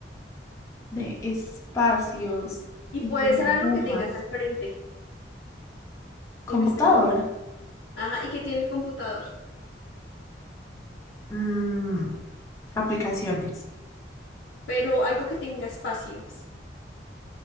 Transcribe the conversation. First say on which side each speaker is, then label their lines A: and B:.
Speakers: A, on the left; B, on the left.
A: De espacios
B: Y
A: y
B: puede
A: tiene
B: ser
A: agujas.
B: algo que tengas al frente en
A: Computadora.
B: este momento. Ajá, y que tiene el computador.
A: Mm, aplicaciones.
B: Pero algo que tenga espacios.